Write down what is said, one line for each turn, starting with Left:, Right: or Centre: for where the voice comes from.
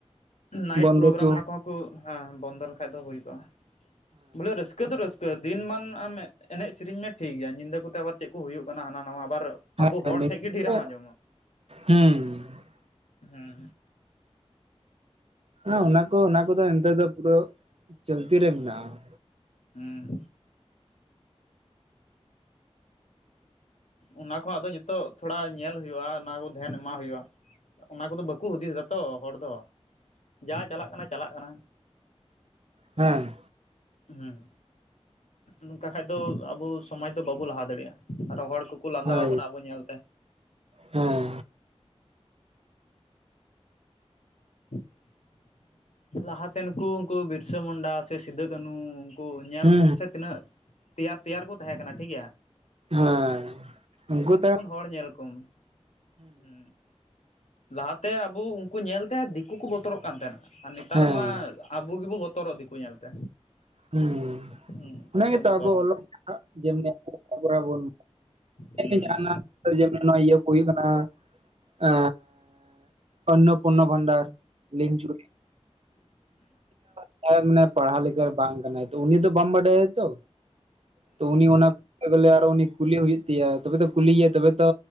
Left: ᱱᱟᱭᱤᱴ
Right: ᱵᱚᱱᱫᱚ
Left: ᱯᱨᱳᱜᱨᱟᱢ
Right: ᱦᱚᱪᱚ
Left: ᱚᱱᱟ
Right: ᱦᱮᱸ
Left: ᱠᱚᱦᱚᱸᱠᱚ ᱵᱚᱱᱫᱚ ᱞᱮᱠᱟᱱᱡ ᱫᱚ ᱦᱳᱭ ᱠᱚᱜᱼᱟ᱾ ᱵᱚᱞᱮ ᱨᱟᱹᱥᱠᱟᱹ ᱫᱚ ᱨᱟᱹᱥᱠᱟᱹ ᱫᱤᱱ ᱢᱟᱱ ᱟᱢ ᱮᱱᱮᱡ ᱥᱮᱨᱮᱧ ᱢᱮ ᱴᱷᱤᱠ ᱜᱮᱭᱟ ᱧᱤᱫᱟᱹ ᱠᱚᱛᱮ ᱟᱵᱟᱨ ᱪᱮᱫ ᱠᱚ ᱦᱩᱭᱩᱜ ᱠᱟᱱᱟ ᱦᱟᱱᱟ ᱱᱟᱣᱟ ᱟᱵᱟᱨ
Right: ᱦᱮᱸ
Left: ᱟᱵᱚ ᱦᱚᱲ ᱴᱷᱮᱱ ᱜᱮ ᱰᱷᱨᱮᱢ
Right: ᱦᱩᱸ
Left: ᱟᱸᱡᱚᱢᱟ
Right: ᱦᱮᱸ
Left: ᱦᱮᱸ,
Right: ᱦᱮᱸ ᱚᱱᱟ ᱠᱚ ᱚᱱᱟ ᱠᱚᱫᱚ ᱱᱮᱛᱟᱨ ᱫᱚ ᱯᱩᱨᱟᱹ ᱪᱚᱞᱛᱤ ᱨᱮ ᱢᱮᱱᱟᱜᱼᱟ᱾
Left: ᱦᱩᱸ ᱚᱱᱟ ᱠᱚ ᱦᱚᱸ ᱟᱫᱚ ᱱᱤᱛᱚᱜ ᱛᱷᱚᱲᱟ ᱧᱮᱞ ᱦᱩᱭᱩᱜᱼᱟ ᱚᱱᱟ ᱠᱚ ᱫᱷᱮᱭᱟᱱ ᱮᱢ ᱟᱜ ᱦᱩᱭᱩᱜᱼᱟ᱾ ᱚᱱᱟ ᱠᱚᱫᱚ ᱵᱟᱠᱚ ᱦᱩᱫᱤᱥ ᱮᱫᱟᱛᱚ ᱦᱚᱲ ᱫᱚ ᱡᱟ ᱪᱟᱞᱟᱜ ᱠᱟᱱᱟ ᱪᱟᱞᱟᱜ ᱠᱟᱱᱟ᱾
Right: ᱦᱮᱸ
Left: ᱦᱮᱸ ᱱᱚᱝᱠᱟ ᱠᱷᱟᱡ ᱫᱚ ᱟᱵᱚ ᱥᱚᱢᱟᱡᱽ ᱫᱚ ᱵᱟᱵᱚ ᱞᱟᱦᱟ ᱫᱟᱲᱮᱭᱟᱜᱼᱟ᱾ ᱟᱨᱚ ᱦᱚᱲ ᱠᱚᱠᱚ ᱞᱟᱸᱫᱟᱣ
Right: ᱦᱳᱭ
Left: ᱟᱵᱚᱱᱟ ᱟᱵᱚ ᱧᱮᱞᱛᱮ᱾
Right: ᱦᱮᱸ
Left: <unintelligible> ᱞᱟᱦᱟᱛᱮᱱᱠᱩ ᱩᱱᱠᱩ ᱵᱤᱨᱥᱟᱹ ᱢᱩᱱᱰᱟ, ᱥᱮ ᱥᱤᱫᱩ, ᱠᱟᱹᱱᱦᱩ ᱧᱮᱞ
Right: ᱦᱮᱸ
Left: ᱠᱚᱢ ᱥᱮ ᱛᱤᱱᱟᱹᱜ ᱛᱮᱭᱟᱨ ᱛᱮᱭᱟᱨ ᱠᱚ ᱛᱟᱦᱮᱸ ᱠᱟᱱᱟ ᱴᱷᱤᱠᱜᱮᱭᱟ᱾
Right: ᱦᱮᱸ ᱩᱱᱠᱩ ᱛᱚ
Left: ᱦᱚᱲ ᱧᱮᱞ ᱠᱚᱢ ᱦᱮᱸ ᱞᱟᱦᱟᱛᱮ ᱟᱵᱚ ᱩᱱᱠᱩ ᱧᱮᱞᱛᱮ ᱫᱤᱠᱩ ᱠᱚ ᱵᱚᱛᱚᱨᱚᱜ ᱠᱟᱱ ᱛᱟᱦᱮᱱᱟ᱾ ᱟᱨ ᱱᱮᱛᱟᱨ
Right: ᱦᱮᱸ
Left: ᱢᱟ ᱟᱵᱚ ᱜᱮᱵᱚ ᱵᱚᱛᱚᱨᱚᱜ ᱫᱤᱠᱩ ᱧᱮᱞᱛᱮ᱾
Right: ᱦᱮᱸ
Left: ᱦᱩᱸ
Right: ᱚᱱᱟ
Left: ᱪᱮᱫ
Right: ᱜᱮᱛᱚ
Left: ᱮ ᱵᱚᱛᱚᱨᱟᱢ
Right: ᱟᱵᱚ ᱚᱞᱚᱜ ᱯᱟᱲᱦᱟᱜ ᱡᱮᱢᱱᱤ ᱟᱵᱚᱱ
Left: ᱦᱩᱸ
Right: ᱡᱟᱦᱟᱱᱟᱜ ᱟᱹᱰᱤ ᱡᱳᱨ ᱜᱮ ᱱᱚᱣᱟ ᱤᱭᱟᱹ ᱠᱚ ᱦᱩᱭᱩᱜ ᱠᱟᱱᱟ ᱮ ᱚᱱᱱᱟᱯᱩᱨᱱᱚ ᱵᱷᱟᱱᱰᱟᱨ ᱞᱤᱝᱪᱩ <unintelligible> ᱯᱟᱲᱦᱟᱣ ᱞᱮᱠᱟ ᱵᱟᱝ ᱠᱟᱱᱟᱭ ᱛᱚ ᱩᱱᱤ ᱫᱚ ᱵᱟᱢ ᱵᱟᱰᱟᱭᱟ ᱛᱚ ᱛᱚ ᱩᱱᱤ ᱟᱱᱟ ᱵᱚᱞᱮ ᱟᱨ ᱩᱱᱤ ᱠᱩᱞᱤ ᱦᱩᱭᱩᱜ ᱛᱟᱭᱟ ᱛᱚᱵᱮ ᱛᱚ ᱠᱩᱞᱤᱭᱮᱭᱟ ᱛᱚᱵᱮ ᱛᱚ